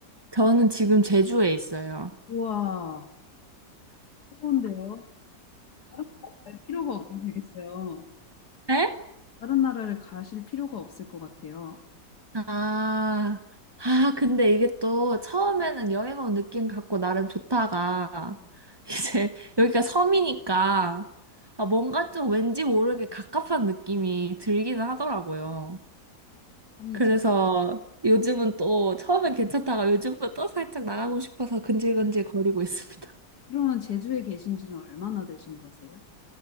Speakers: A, on the right; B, on the left.
A: 저는 지금 제주에 있어요.
B: 우와, 좋은데요? 다른 나라 갈 필요가 없으시겠어요?
A: 네?
B: 다른 나라를 가실 필요가 없을 것 같아요.
A: 아, 아, 근데 이게 또 처음에는 여행 온 느낌 갖고 나름 좋다가,
B: 음.
A: <laughs> 이제 여기가 섬이니까, 아, 뭔가 좀 왠지 모르게 갑갑한 느낌이 들기는 하더라고요.
B: 아니,
A: 그래서
B: 제,
A: 요즘은 또 처음엔 괜찮다가 요즘은 또 살짝 나가고 싶어서 근질근질 거리고 있습니다.
B: 그러면 제주에 계신 지는 얼마나 되신 거세요?